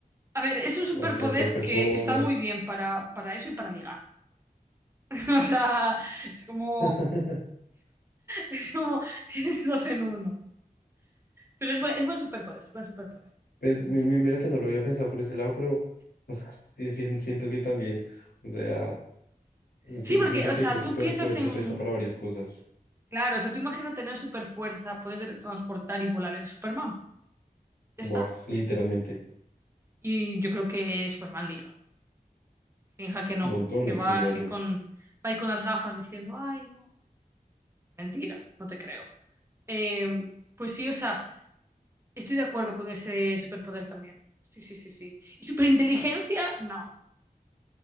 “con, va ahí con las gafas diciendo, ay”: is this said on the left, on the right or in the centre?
Right